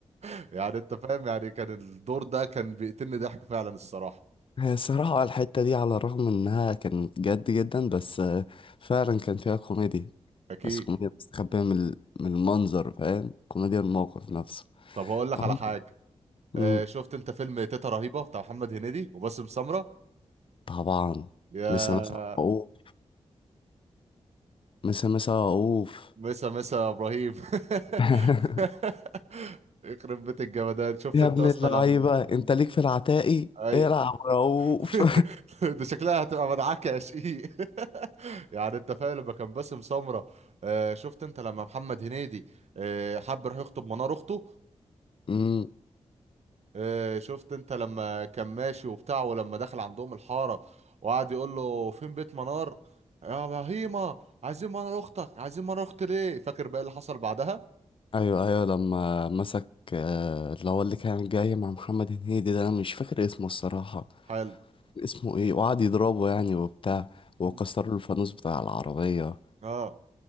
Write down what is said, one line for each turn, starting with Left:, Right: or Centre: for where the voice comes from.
Right: <laughs> يعني انت فاهم يعني كان الدور ده كان بيقتلني ضحك فعلا الصراحه
Left: هي الصراحة الحتة دي على الرغم إنها كانت جد جدا بس آه، فعلا كان فيها كوميديا
Right: اكيد
Left: بس كوميديا مستخبية من ال- من المنظر فاهم كوميديا الموقف نفسه
Right: طب هقول لك
Left: عندك-
Right: على حاجه
Left: مم،
Right: آه شفت انت فيلم تيتا رهيبه بتاع محمد هنيدي وباسم سمره
Left: طبعا
Right: يا
Left: مسا مسا عقوق مسا مسا عقوف
Right: مسا مسا يا ابراهيم
Left: <laughs>
Right: <laughs> يخرب بيت الجمدان شفت
Left: يا
Right: انت
Left: ابن
Right: اصلا
Left: اللعيبة
Right: لما
Left: انت ليك في العتاقي
Right: اي
Left: العب رؤوف
Right: <laughs> ده شكلها هتبقى مدعكه يا شقيق <laughs> يعني انت فاهم لما كان باسم سمره آه شفت انت لما محمد هنيدي آه حب يروح يخطب منار اخته
Left: <laughs> امم
Right: آه، شفت انت لما كان ماشي وبتاع ولما دخل عندهم الحارة وقعد يقول له فين بيت منار يا بهيمة عايزين منار اختك عايزين منار اختي ليه فاكر بقى اللي حصل بعدها
Left: ايوه ايوه لما مسك آه، اللي هو اللي كان جاي مع محمد هنيدي ده انا مش فاكر اسمه الصراحة
Right: حلو
Left: اسمه ايه وقعد يضربه يعني وبتاع وكسر
Right: مم.
Left: له الفانوس بتاع العربية
Right: اه